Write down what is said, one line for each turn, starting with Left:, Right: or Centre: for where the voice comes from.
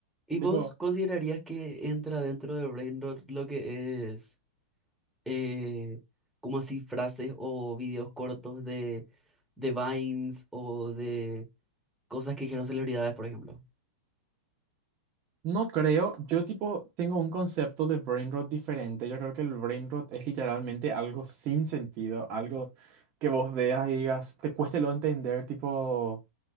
Centre: ¿Y vos
Right: tipo,
Centre: considerarías que entra dentro de Braindot lo que es eh, como así frases o videos cortos de, de Vines o de Cosas que dijeron celebridades, por ejemplo.
Right: no creo, yo tipo, tengo un concepto de brain rot diferente, yo creo que el brain rot es literalmente algo sin sentido, algo que vos veas y digas, te cueste lo entender, tipo...